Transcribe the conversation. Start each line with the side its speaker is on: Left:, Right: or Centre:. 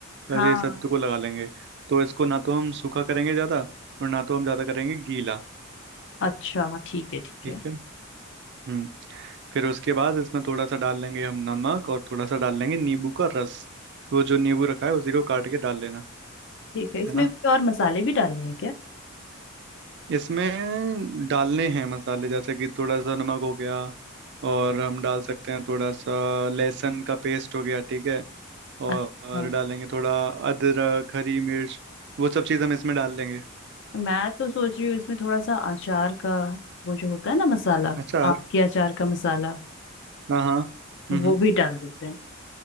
Right: वैसे
Left: हाँ
Right: ही सत्तू को लगा लेंगे तो इसको ना तो हम सूखा करेंगे ज़्यादा और ना तो हम ज़्यादा करेंगे गीला
Left: अच्छा हाँ ठीक है ठीक
Right: ठीक
Left: है
Right: है हम्म फिर उसके बाद इसमें थोड़ा सा डाल लेंगे हम नमक और थोड़ा सा डाल लेंगे नींबू का रस वो जो नींबू रखा है उसी को काट के डाल लेना
Left: ठीक है इसमें
Right: है ना
Left: कोई और मसाले भी डालने हैं क्या
Right: इसमें डालने हैं मसाले जैसे कि थोड़ा सा नमक हो गया और हम डाल सकते हैं थोड़ा सा लहसुन का पेस्ट हो गया ठीक है और,
Left: अच्छा
Right: और डालेंगे थोड़ा अदरक हरी मिर्च वो सब चीज़ हम इसमें डाल लेंगे
Left: मैं तो सोच रही हूँ इसमें थोड़ा सा अचार का वो जो होता है ना मसाला
Right: अचार
Left: आम के अचार का मसाला
Right: हाँ हाँ हम्म
Left: वो
Right: हम्म।
Left: भी डाल देते हैं